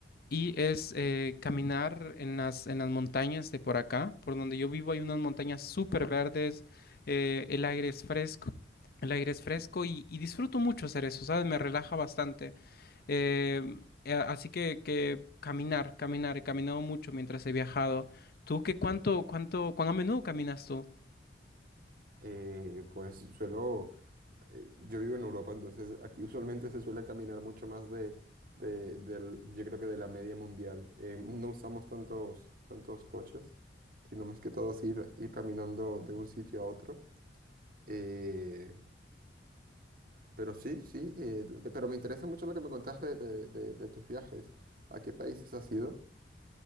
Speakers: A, on the left; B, on the right.
A: y es eh, caminar en las, en las montañas de por acá, por donde yo vivo hay unas montañas súper verdes, eh, el aire es fresco, el aire es fresco y, y disfruto mucho hacer eso, ¿sabes? Me relaja bastante. Eh, eh, así que, que caminar, caminar, he caminado mucho mientras he viajado. ¿Tú qué cuánto, cuánto, cuán a menudo caminas tú?
B: eh, pues suelo, eh, yo vivo en Europa, entonces aquí usualmente se suele caminar mucho más de, de- del- yo creo que de la media mundial. Eh, no usamos tantos, tantos coches, sino más que todo es ir, ir caminando de un sitio a otro. Eh, pero sí, sí, eh, pero me interesa mucho lo que me contaste de, de- de- de tus viajes. ¿A qué países has ido?